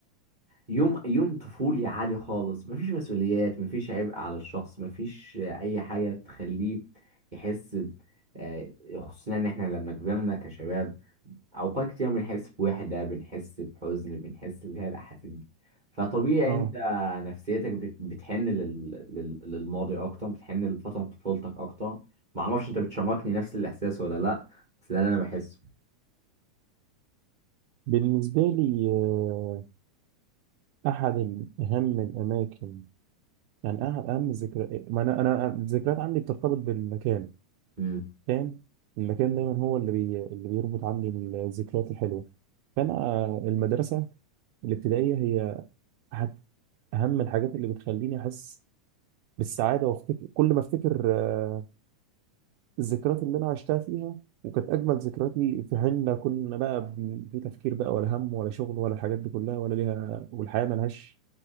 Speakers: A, on the right; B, on the right.
A: يوم يوم طفولي عادي خالص مفيش مسؤوليات مفيش عبء على الشخص مفيش اي حاجه تخليه يحس ب- آه، خصوصا ان احنا لما كبرنا كشباب اوقات كتير بنحس بوحده بنحس بحزن بنحس اللي هي الاحاسيس دي فطبيعي
B: اه
A: انت نفسيتك بت- بتحن لل... لل... للماضي اكتر بتحن لفتره طفولتك اكتر معرفش انت بتشاركني نفس الاحساس ولا لا بس ده اللي انا بحسه
B: بالنسبة لي آه، أحد أهم الأماكن يعني أحد أهم الذكريات ما أنا أنا الذكريات عندي بترتبط بالمكان
A: امم
B: فاهم المكان دايما هو اللي بي... اللي بيربط عندي الذكريات الحلوة فأنا آه، المدرسة الابتدائية هي أحد اهم الحاجات اللي بتخليني احس بالسعاده وافتكر كل ما افتكر آه، الذكريات اللي انا عشتها فيها وكانت اجمل ذكرياتي في حين لا كنا بقى ب- في تفكير بقى ولا هم ولا شغل ولا الحاجات دي كلها ولا ليها والحياه ملهاش